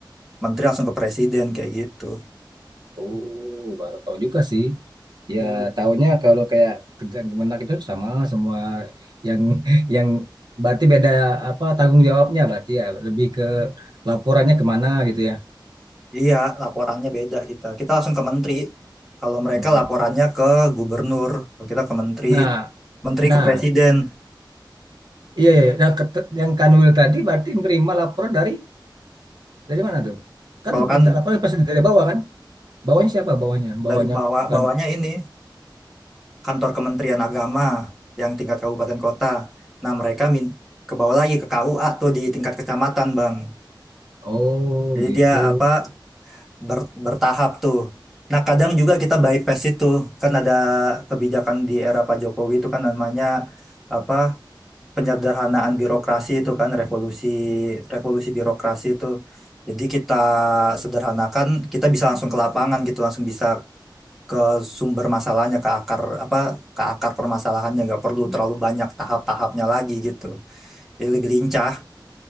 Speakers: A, in the centre; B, on the right.
A: menteri langsung ke presiden kayak gitu
B: Oh, baru tahu juga sih. Ya,
A: Iya,
B: taunya kalau kayak kerjaan kemenak itu sama semua yang <laughs> yang berarti beda apa tanggung jawabnya berarti ya lebih ke laporannya kemana gitu ya.
A: Iya, laporannya beda kita. Kita langsung ke menteri. Kalau mereka
B: Heeh.
A: laporannya ke gubernur, kalau kita ke menteri,
B: Nah,
A: menteri
B: nah,
A: ke presiden.
B: iya, iya. iya. Nah, ket- yang Kanwil tadi berarti menerima laporan dari dari mana tuh? Kan
A: Kalau kan
B: minta laporan pasti dari bawah kan? Bawahnya siapa? Bawahnya, bawahnya
A: dari bawah
B: kan.
A: bawahnya ini kantor Kementerian Agama yang tingkat kabupaten kota. Nah, mereka min ke bawah lagi ke KUA tuh di tingkat kecamatan, Bang.
B: Oh,
A: Jadi
B: gitu.
A: dia apa ber- bertahap tuh. Nah, kadang juga kita bypass itu. Kan ada kebijakan di era Pak Jokowi itu kan namanya apa penyederhanaan birokrasi itu kan revolusi revolusi birokrasi itu. Jadi kita sederhanakan, kita bisa langsung ke lapangan gitu, langsung bisa ke sumber masalahnya ke akar apa ke akar permasalahannya nggak perlu terlalu banyak tahap-tahapnya lagi gitu jadi lebih lincah